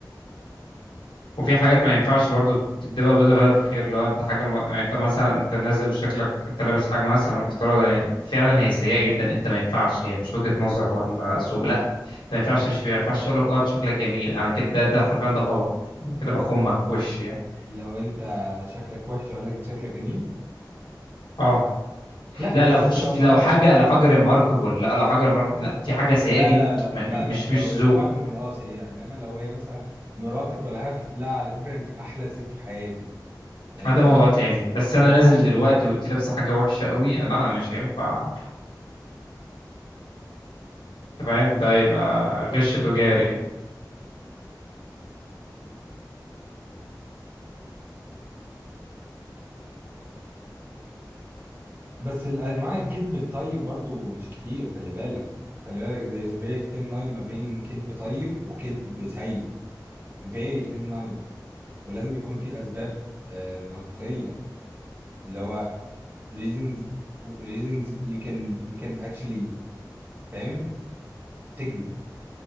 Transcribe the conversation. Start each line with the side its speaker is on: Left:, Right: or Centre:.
Left: وفي حاجات ما ينفعش برضه تكدبها بيضة بهدف خير لو انت حاجه م... يعني انت مثلا انت نازل وشكلك انت لابس حاجه مثلا افتراضا يعني فعلا هي سيئه جدا انت ما ينفعش هي مش وجهه نظر ولا ذوق لا انت ما ينفعش تمشي بيها ما ينفعش اقول لك اه انت شكلك جميل انا كده ده, ده حرفيا ده غلط انا كده بخمك وش يعني
Right: لو انت شكلك وحش اقول لك شكلك جميل
Left: اه
Right: لا
Left: لا
Right: بس
Left: لو في
Right: انت لو مراتك
Left: لو حاجه
Right: مثلا
Left: لو حاجه ريماركبل لا لو حاجه ريماركبل
Right: اه
Left: لا في حاجه سيئه
Right: لا
Left: جدا
Right: لا لا
Left: م-
Right: لا
Left: م-
Right: لا
Left: مش
Right: لو
Left: مش
Right: رك-
Left: ذوق
Right: ماركم القاس هي انما لو هي مثلا مراتك ولا حاجه فت- لا على فكره انت احلى ست في حياتي او
Left: آه، ده موضوع
Right: انت احلى
Left: تاني
Right: ست
Left: بس
Right: انت
Left: انا نازل
Right: احلى
Left: دلوقتي
Right: ست في الدنيا
Left: وانت لابسه حاجه وحشه قوي آه، لا انا مش هينفع انت فاهم ده يبقى غش تجاري
Right: بس الانواع الكذب الطيب برضو مش كتير خلي بالك خلي بالك there is a very thin line ما بين كذب طيب وكذب سيء very thin line ولازم يكون في اسباب آه، منطقية اللي هو reasons reasons you can you can actually فاهم تكذب